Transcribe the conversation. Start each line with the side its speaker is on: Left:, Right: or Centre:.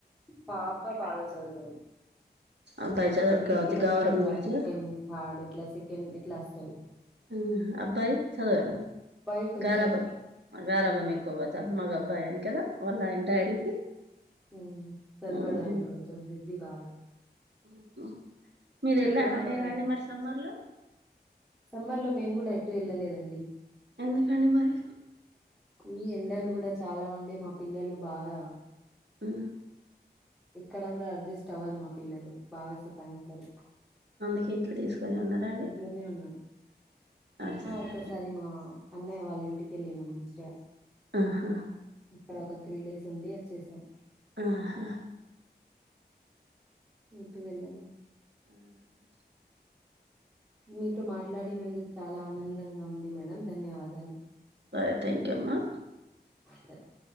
Centre: పాప బాగా చదువుతాది
Right: అబ్బాయి చదవడు
Centre: ఎప్పుడైనా
Right: కావచ్చు గావరం
Centre: ఇలా
Right: కావచ్చు
Centre: సెకెండ్
Right: కదా
Centre: థార్డ్ ఇట్లా సెకండ్ ఇట్లా వస్తాది.
Right: ఉహా అబ్బాయి చదవాడా
Centre: అబ్బాయి కొంచెం
Right: గారాబం గారాబం
Centre: హ్మ్.
Right: ఎక్కువ త మగ అబ్బాయి అని కదా వాళ్ళ నాయినా డాడీకి.
Centre: ఉ చదవాడు
Right: ఊహు.
Centre: ఆయన కొంచెం బిజీ బాగా
Right: ఉహు మీరు వెళ్ళారా
Centre: ఇప్పుడే ఇంకా
Right: లేరా అండి మరి సమ్మర్లో
Centre: సమ్మర్లో మేము కూడా ఎటు వెళ్ళలేదండి
Right: ఎందుకండి మరి
Centre: ఈ ఎండలు కూడా చాలా ఉండే మా పిల్లలు బాగా
Right: ఉ
Centre: ఇక్కడ కూడా అడ్జస్ట్ అవ్వారు మా పిల్లలు బాగా సత్ తాయిస్తారు
Right: అందుకే ఇంట్లో తీసుకొని ఉన్నారా అండి
Centre: ఇంట్లోనే ఉన్నాం
Right: అట్లనా
Centre: ఆ ఒక్కసారి మా అన్నయ్య వాళ్ళ ఇంటికి వెళ్ళినం మంచిగా.
Right: ఆహా
Centre: ఇక్కడ ఒక త్రీ డేస్ ఉండి వచ్చేసాం
Right: ఆహా
Centre: ఎటు వెళ్ళలే
Right: ఆ హా
Centre: మీతో మాట్లాడినందుకు చాలా ఆనందంగా ఉంది మేడం. ధన్యవాదాలు
Right: సరే థ్యాంక్ యూ అమ్మ
Centre: సరే